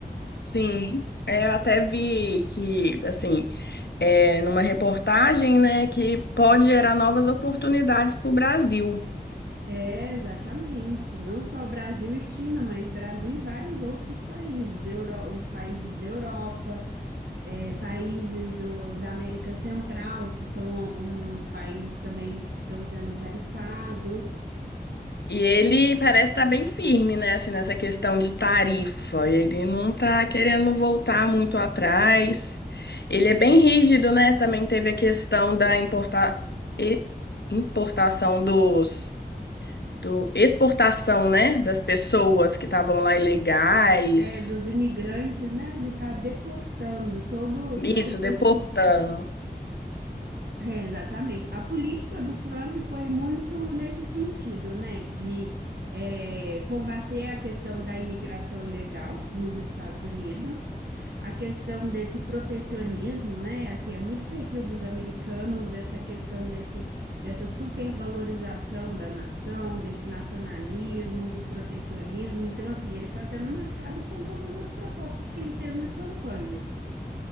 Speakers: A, on the left (about 80°); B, on the right (about 75°).
A: Sim, é, eu até vi que, assim. é, numa reportagem, né, que pode gerar novas oportunidades para o Brasil.
B: É, exatamente. Não só Brasil e China, mas Brasil e vários outros países, Euro- os países da Europa. é, países do, da América Central, que são alguns países também que estão sendo tarifados,
A: E ele parece estar bem firme, né, assim, nessa questão de tarifa. Ele não está querendo voltar muito atrás. Ele é bem rígido, né? Também teve a questão da importa... e- importação dos... do exportação, né, das pessoas que estavam lá ilegais.
B: é, dos imigrantes, né? Ele está deportando todo, todo
A: Isso,
B: o pessoal.
A: deportando.
B: É, exatamente. A política do Trump foi muito nesse sentido, né? De é, combater a questão da imigração ilegal nos Estados Unidos, a questão desse protecionismo, né? Assim, é muito perfil dos americanos essa questão desse, dessa supervalorização da nação, desse nacionalismo, do protecionismo. Então, assim, ele está sendo marcado com todas as propostas que ele fez na campanha.